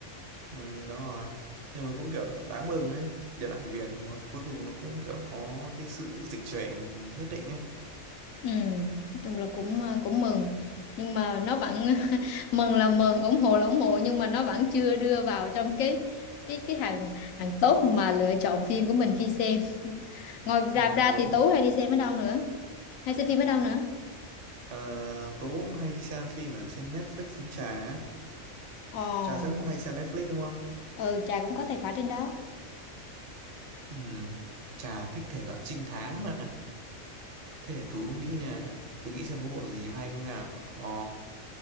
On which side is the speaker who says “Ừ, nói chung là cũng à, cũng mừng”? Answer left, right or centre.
Left